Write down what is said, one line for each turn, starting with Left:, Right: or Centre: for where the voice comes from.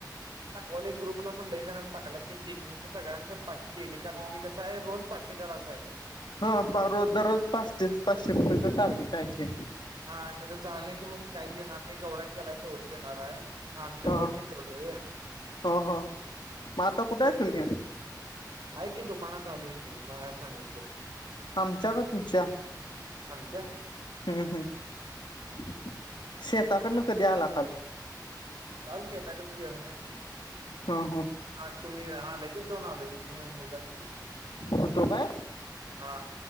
Right: ॉल एक ग्रुपला पण लई जाणार टाकला ते चेकिंग च सगळ्यांचं पाचशे डेली करायच कसं आहे रोज पाच. शे करायचं आहे.
Left: हा रज दररोज पाचश पाचशे रुपयाेच टार्गेट आहे.
Right: हा नाही तर झालं नाही की मग ते काहीच येणार नाही एवढा केलाय तेवढंच येणार आहे आमच
Left: ह
Right: होत नाही तेवढं. हो. <inaudible>
Left: हो हो. मग आता कुठे
Right: ते
Left: आहे तुम्ही
Right: आय तेी दुकानात आलय की मला सांगितलं.
Left: आमच्या का तुमच्या.
Right: आमच्या
Left: हम्म हम्म शेताकडनं कधी आला खल.
Right: काल शता कडे घ ना.
Left: ह ह
Right: हा तुम्ही हा लगेच जाऊन आलो की तुम्ही उमरता की.
Left: होतो काय
Right: हा